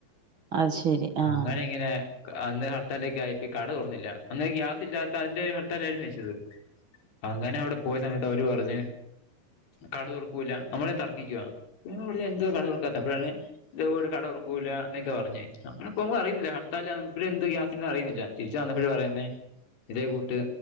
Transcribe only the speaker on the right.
അത് ശരി ആഹ്